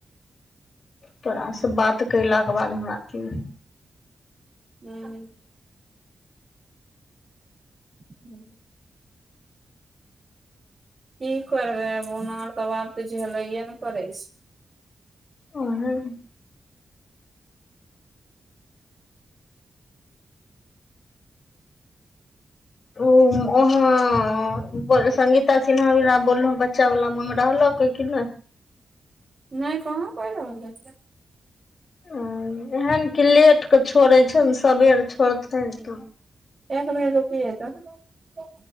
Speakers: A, on the left; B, on the right.
A: तोरास से बात कयलाक के बाद हमराथी है
B: ह्म ह्म की करबै उनार तब तऽ झेलैए ने पड़ै छै
A: अोहे न उ उहा उपर सगीता सिन्हा भीरा बोललोह बच्चा वाला उ मे रहलो कोई कि नहि
B: <inaudible> नहि कहाँ पहि रहलै
A: ह एहन कि लेटके छोड़ै छै ने सबेर छोड़ते तऽ
B: एक मिनट रुकिये त